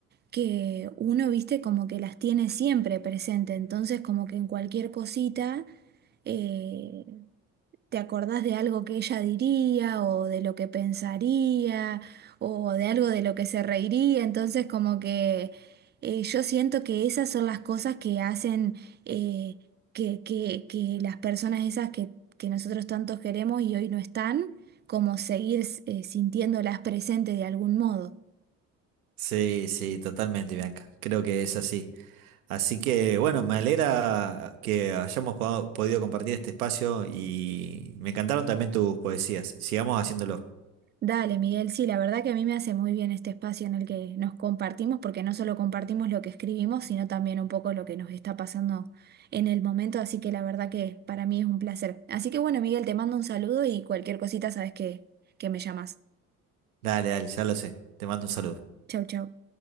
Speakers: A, on the right; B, on the right.
A: que uno, viste, como que las tiene siempre presente, entonces como que en cualquier cosita... eh, ¿Te acordás de algo que ella diría o de lo que pensaría o de algo de lo que se reiría? Entonces como que eh, yo siento que esas son las cosas que hacen eh, que, que- que las personas esas que, que nosotros tantos queremos y hoy no están, como seguir eh, sintiéndolas presentes de algún modo.
B: Sí, sí, totalmente, Bianca. Creo que es así. Así que bueno, me alegra que hayamos po- podido compartir este espacio y me encantaron también tus poesías. Sigamos haciéndolo.
A: Dale, Miguel, sí, la verdad que a mí me hace muy bien este espacio en el que nos compartimos, porque no solo compartimos lo que escribimos, sino también un poco lo que nos está pasando en el momento, así que la verdad que para mí es un placer. Así que bueno, Miguel, te mando un saludo y cualquier cosita sabes que, que me llamas.
B: Dale, dale, ya lo sé. Te mando un saludo.
A: Chau, chau.